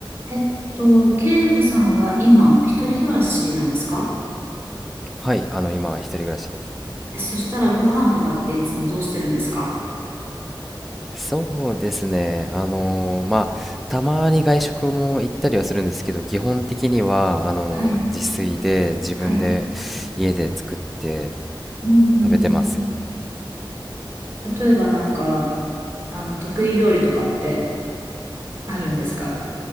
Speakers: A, on the right; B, in the centre.
A: えっと、慶子さんは今、一人暮らしなんですか
B: はい、あの、今、一人暮らしです。
A: え、そしたらご飯とかっていつもどうしてるんですか
B: そうですね、あのーまあ、たまに外食も行ったりはするんですけど、基本的には、あのー自炊で、
A: はい。
B: 自分で、
A: はい。
B: 家で作って
A: うんうんうん。
B: 食べてます。
A: 例えばなんか、あの、得意料理とかってあるんですか